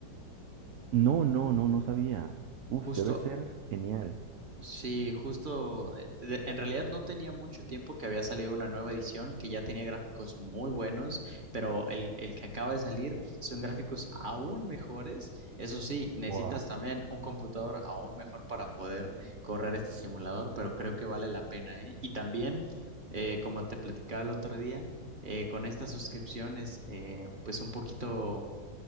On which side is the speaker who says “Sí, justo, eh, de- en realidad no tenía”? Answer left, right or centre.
Right